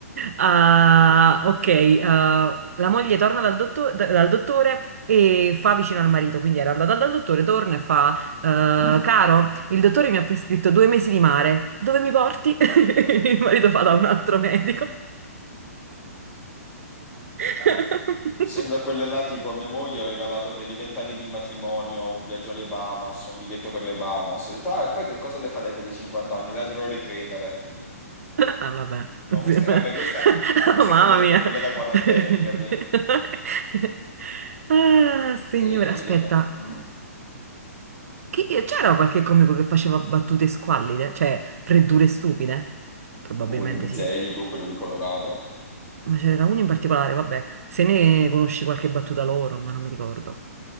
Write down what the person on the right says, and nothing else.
Ah, ok, ah, la moglie torna dal, dotto- da- dal dottore e fa vicino al marito, quindi era andata dal dottore, torna e fa, eh,
caro, il dottore mi ha prescritto due mesi di mare, dove mi porti? <laughs> Il marito fa da un altro medico. <laughs>
Ah, vabbè,
Sì,
ma-
<laughs> Oh,
mamma
mia.
<laughs>
Ah, signore,
aspetta,
Chi- c'era qualche comico che faceva battute squallide, cioè freddure stupide? Probabilmente
sì.
Ma ce n'era uno in particolare, vabbè, se ne conosci qualche battuta loro, ma non mi ricordo.